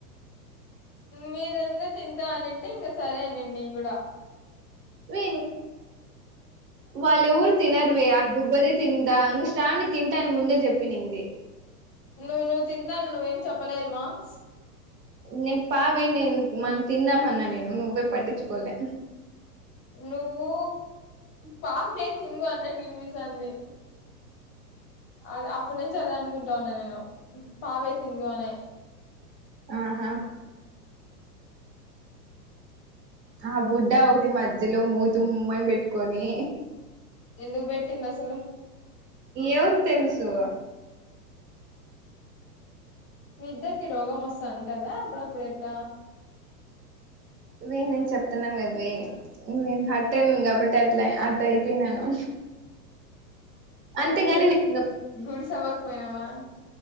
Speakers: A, on the left; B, on the right.
A: మీరంద తింతా అనింటే ఇంకా సరే అనిండు నేను కూడా
B: వే వాళ్ళ ఎవరు తినరువే ఆ దుబ్బది తిందా ఇంకా శావణి తింటాని ముందే చెప్పినింది
A: నువ్వు నువ్వు తింతాను అని నువ్వేం చెప్పలేదు మామ్స్
B: నేను పావే నేను మనం తిందామన్నా నేను నువ్వే పట్టించుకోలే
A: నువ్వు పాపే తిందు అన్న వినిపిస్ తాంది అదే అప్పటి నుంచి అదే అనుకుంటా ఉన్నా నేను పావే తిందు అనే
B: ఆహా ఆ బుడ్డ ఒకతి మధ్యలో మూతి ఉమ్ అని పెట్టుకొని
A: ఎందుకు బెట్టింది అసలు
B: ఎవర్ తెలుసు
A: మీ ఇద్దరికి రోగం వస్తా అంటాదా అప్పుడప్పుడు ఎట్ట
B: వే నేను చెప్తున్నాను కదవే నేను హట్ అయినాను కాబట్టే అట్ల అట్ట అయిపోయినాను అంతేగాని
A: హట్టు
B: నేను
A: గుడిస్ అవ్వకపోయినావా